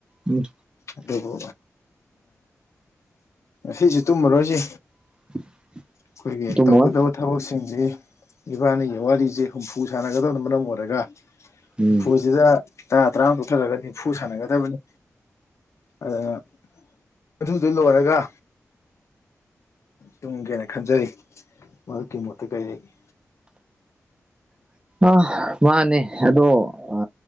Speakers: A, on the right; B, on the left.
A: ꯎꯝ
B: ꯑꯗꯨꯕꯨ ꯁꯤꯁꯤꯦ ꯇꯨꯝꯃꯔꯣꯏꯁꯤ
A: <inaudible>
B: ꯑꯩꯈꯣꯏꯒꯤ
A: ꯇꯨꯝꯃꯣꯏ
B: ꯇꯧꯒꯗꯕ ꯊꯕꯛꯁꯤꯡꯁꯤ ꯏꯕꯥꯅꯤꯒꯤ ꯋꯥꯔꯤꯁꯦ ꯍꯨꯝꯐꯨ ꯁꯥꯟꯅꯒꯗꯕꯅ ꯃꯔꯝ ꯑꯣꯏꯔꯒ
A: ꯎꯝ
B: ꯍꯨꯝꯐꯨꯁꯤꯗ ꯇꯔꯥ ꯇꯔꯥꯃꯨꯛ ꯇꯛꯊꯔꯒ ꯅꯤꯐꯨ ꯁꯥꯟꯅꯒꯗꯕꯅꯤ ꯑꯗꯨꯅ ꯑꯗꯨꯗ ꯂꯣꯏꯔꯒ ꯇꯨꯝꯒꯦꯅ ꯈꯟꯖꯩ ꯃꯗꯨꯀꯤ ꯃꯣꯠꯇ ꯀꯩ ꯂꯩꯒꯦ
A: ꯑ ꯃꯥꯅꯦ ꯑꯗꯣ ꯑ